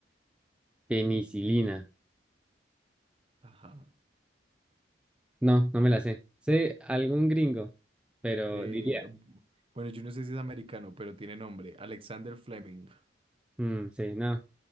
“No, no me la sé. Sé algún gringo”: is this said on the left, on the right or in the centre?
Centre